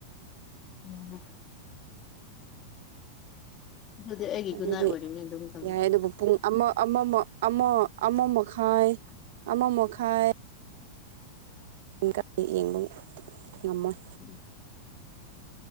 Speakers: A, on the left; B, on the right.
A: ꯎꯝ ꯑꯗꯨꯗꯤ ꯑꯩꯒꯤ
B: ꯑꯗꯨꯗꯤ
A: ꯒꯨꯠꯅꯥꯏꯠ ꯑꯣꯏꯔꯦꯅꯦ ꯑꯗꯨ ꯃꯇꯝꯗ
B: ꯌꯥꯏ ꯑꯗꯨꯕꯨ ꯄꯨꯡ ꯑꯃ ꯑꯃꯃ ꯑꯃ ꯑꯃ ꯃꯈꯈꯥꯏ ꯑꯃ ꯃꯈꯈꯥꯏ <unintelligible> ꯌꯦꯡꯕ ꯉꯝꯃꯣꯏ
A: ꯎꯝ